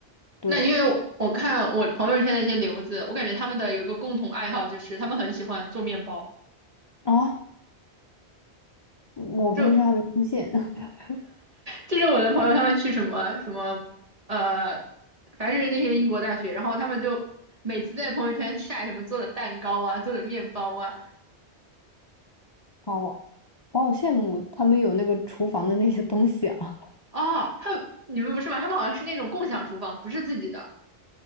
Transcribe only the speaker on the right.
那因为我我看我朋友圈的一些留子，我感觉他们的有一个共同爱好就是他们很喜欢做面包。
就。
就是我的朋友他们去什么什么，呃，凡是那些英国大学，然后他们就每次在朋友圈晒什么做的蛋糕啊，做的面包啊，
哦，他们你们不是吗？他们好像是那种共享厨房，不是自己的。